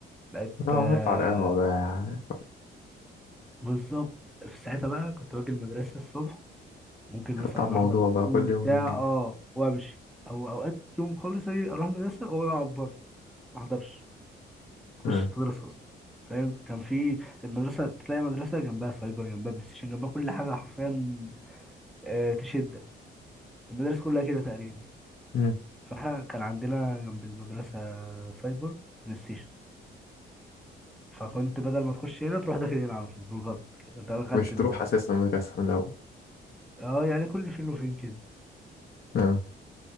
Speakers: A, in the centre; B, on the left (about 50°).
A: بقت
B: اه قعدت
A: آه،
B: على القهوة بقى
A: بالظبط في ساعتها بقى كنت باجي المدرسة الصبح ممكن مثلا
B: على الموضوع
A: أحضر الطابور
B: بقى كل
A: وبتاع
B: يوم
A: اه وأمشي أو أوقات يوم خالص أجي أروح المدرسة وأقعد بره ما أحضرش ما
B: آه.
A: أخشش المدرسة أصلا فاهم كان في المدرسة تلاقي مدرسة جنبها سايبر جنبها بلاي ستيشن جنبها كل حاجة حرفيا آه، تشدك المدارس كلها كده تقريبا
B: مم.
A: فاحنا كان عندنا جنب المدرسة سايبر بلاي ستيشن فكنت بدل ما تخش هنا تروح داخل هنا على طول بالغلط كده. انت دخلت
B: مش تروح
A: ال...
B: اساسا المدرسه من الاول
A: اه يعني كل فين وفين كده
B: آه.